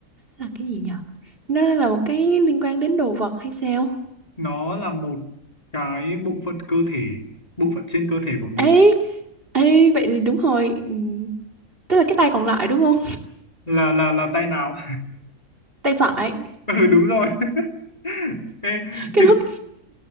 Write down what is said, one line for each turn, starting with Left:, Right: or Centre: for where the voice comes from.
Right: là cái gì nhở nó là một cái liên quan đến đồ vật hay sao
Left: nó là một cái bộ phận cơ thể bộ phận trên cơ thể của mình
Right: ấy ấy vậy thì đúng rồi ừm, tức là cái tay còn lại đúng không
Left: là là là tay nào
Right: tay phải
Left: <laughs> ừ đúng rồi <laughs> Ê,
Right: cái
Left: chính
Right: lúc